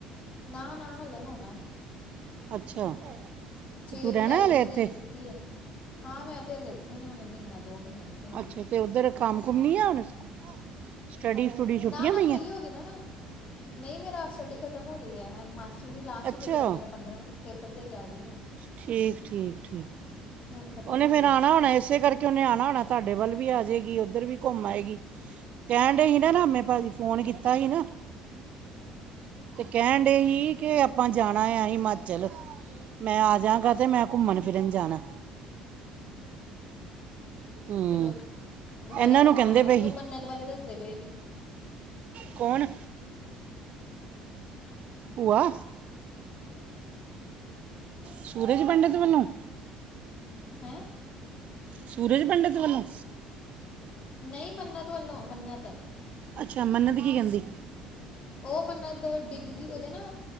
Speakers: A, on the left; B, on the right.
A: ਨਾ ਨਾ ਹਾਲੇ ਹੋਣਾ।
B: ਅੱਛਾ
A: ਛੇ
B: ਤੇ ਤੂੰ
A: ਜੁਲਾਈ
B: ਰਹਿਣਾ
A: ਦੀ
B: ਹਲੇ
A: ਤਾਰੀਖ
B: ਇੱਥੇ
A: ਦਿੱਤੀ ਹੈ। ਹਾਂ, ਮੈਂ ਤੇ ਹਲੇ ਇੱਥੇ ਹੀ ਆਣੇ ਮਹੀਨਾ ਦੋ ਮਹੀਨੇ ਇੱਥੇ ਹੀ ਹਾਂ
B: ਅੱਛਾ, ਤੇ ਉੱਧਰ ਕੰਮ ਕੁਮ ਨਹੀਂ ਆ ਹੁਣ ਸਟੱਡੀ। ਸਟੂਡੀ ਛੁੱਟੀਆਂ
A: ਨਾ, ਨਾ
B: ਪਈਆਂ
A: ਫਰੀ ਹੋ ਗਈ ਨਾ ਮੈ ਮ ਨਹੀਂ ਮੇਰਾ ਸਟੱਡੀ ਖਤਮ ਹੋ ਗਈ ਹੈ ਐਮ ਮਾਸ ਤੁਸੀਂ ਲਾਸਟ
B: ਅੱਛਾ
A: ਹੀ ਪੇਪਰ ਹੀ ਮੇਰਾ ਪੰਦਰਾਂ ਨੂੰ, ਪੇਪਰ ਦੇ ਕੇ ਆ ਗਈ ਮੈਂ।
B: ਠੀਕ, ਠੀਕ, ਠੀਕ।
A: ਹੁਣ ਖਤਮ
B: ਉਹਨੇ
A: ਹੋ
B: ਫੇਿਰ
A: ਗਈ
B: ਆਉਣਾ
A: ਹੈ
B: ਹੋਣਾ ਏ ਇਸੇ ਕਰਕੇ ਉਹਨੇ ਆਉਣਾ ਹੋਣਾ ਤੁਹਾਡੇ ਵੱਲ ਵੀ ਆ ਜਾਏਗੀ ਉੱਧਰ ਵੀ ਘੁੰਮ ਆਏਗੀ। ਕਹਿਣ ਡੇ ਸੀ ਨਾ ਨਾਮੇ ਭਾਜੀ, ਫੋਨ ਕੀਤਾ ਸੀ ਨਾ ਤੇ ਕਹਿਣ ਦਏ ਹੀ ਕਿ ਆਪਾਂ ਜਾਣਾ ਹੈ ਹਿਮਾਚਲ। ਮੈਂ ਆ ਜਾਂਗਾ, ਤੇ ਮੈਂ ਘੁੰਮਣ ਫਿਰਨ ਜਾਣਾ। ਹੂੰ
A: <unintelligible> ਬੂਆ
B: ਇਹਨਾਂ
A: ਦਾ
B: ਨੂੰ
A: ਫ਼ੋਨ
B: ਕਹਿੰਦੇ
A: ਆਇਆ
B: ਪਏ
A: ਸੀ, ਉਹ ਮੰਨਤ ਬਾਰੇ ਦੱਸ ਪਏ ਸੀ।
B: ਕੌਣ। ਭੂਆ। ਸੂਰਜ ਪੰਡਿਤ ਵੱਲੋਂ।
A: ਹੈਂ।
B: ਸੂਰਜ ਪੰਡਿਤ ਵੱਲੋਂ।
A: ਨਹੀਂ ਮੰਨਤ ਵੱਲੋਂ ਮੰਨਤ।
B: ਅੱਛਾ, ਮੰਨਤ ਕੀ ਕਹਿੰਦੀ।
A: ਅੱਛਾ! <inaudible> ਉਹ ਮੰਨਤ ਡਿੱਗ ਗਈ ਓਦੇ ਨਾ